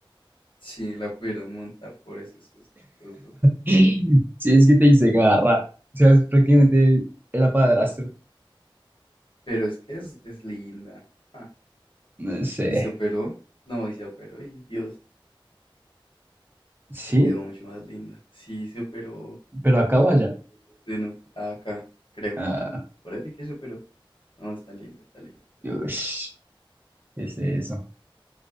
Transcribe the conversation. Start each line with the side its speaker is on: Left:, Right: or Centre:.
Left: sí la pudieron montar por eso, esos, esos dos.
Right: sí es que te hice garra. O sea, es prácticamente era padrastro.
Left: Pero es que es, es linda. Ah,
Right: No sé.
Left: y se operó. No, y se operó y Dios,
Right: Sí,
Left: quedó mucho más linda. Sí, se operó.
Right: pero acá o allá
Left: Sí. Dinos, acá, creo.
Right: Ah,
Left: Por ahí vi que eso, pero no, está lindo, está lindo.
Right: ush, ¿qué es eso.